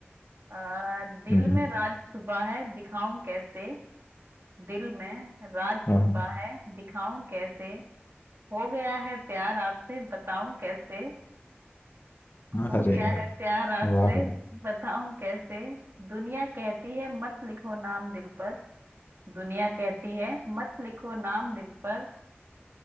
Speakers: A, on the right (about 65°); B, on the left (about 55°).
A: आ, दिल
B: हम्म हम्म,
A: में राज छुपा है दिखाऊं कैसे दिल में राज
B: हाँ
A: छुपा है दिखाऊं कैसे हो गया है प्यार आपसे बताऊं कैसे
B: हाँ
A: हो
B: अरे
A: गया
B: यार
A: है प्यार आपसे
B: वाह
A: बताऊं कैसे दुनिया कहती है मत लिखो नाम दिल पर दुनिया कहती है मत लिखो नाम दिल पर